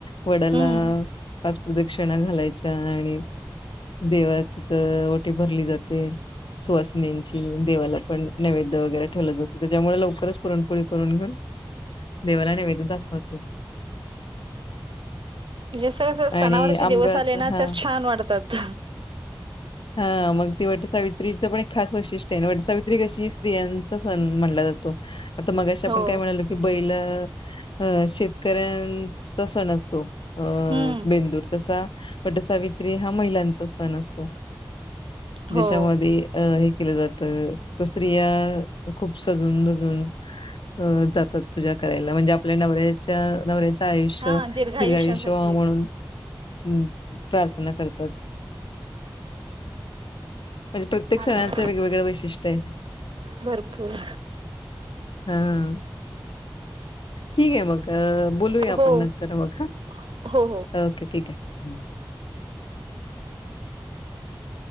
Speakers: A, on the left (about 80°); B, on the right (about 85°).
A: वडाला
B: हम्म
A: पाच प्रदक्षिणा घालायच्या आणि देवाच ओटी भरली जाते. सुवासिनींची, देवाला पण नैवेद्य वगैरे ठेवला जातो. त्याच्यामुळे लवकरच पुरणपोळी करून घेऊन देवाला नैवेद दाखवते.
B: म्हणजे असं कसं
A: आणि
B: सणावाराचे
A: आंब्याचा
B: दिवस आले ना,
A: हा
B: तर छान वाटतात.
A: हा मग ते वटसावित्रीचं पण एक खास वैशिष्ट्य हाय. वटसावित्री कशी स्त्रीयांचा सण माणला जात तो. आता मगाशी आपण
B: हो
A: काय म्हणालो की बैलं अ शेतकऱ्यांचा सण असतो बेंदुर,
B: हम्म
A: तसा वटसावित्री त्री हा महिलांचा सण असतो. जेच्या
B: हो.
A: मधी अ हे केल जात. स्त्रिया खूप सजून धजून अ जातात पूजा करायला म्हणजे आपल्या नवऱ्याच्या नवऱ्याचं आयुष्य
B: हा
A: दीर्घ
B: आयुष्यासाठी
A: आयुष्य व्हावं म्हणून हम प्रार्थना करतात. म्हणजे प्रत्येक
B: चालत.
A: सणांचं वेगवेगळ वैशिष्ट्य हाय.
B: भरपूर
A: हा हा ह. ठीक हाये मग, बोलूया आपण
B: हो
A: नंतर मग हा.
B: हो हो.
A: ओके. ठीक हाय.
B: <inaudible>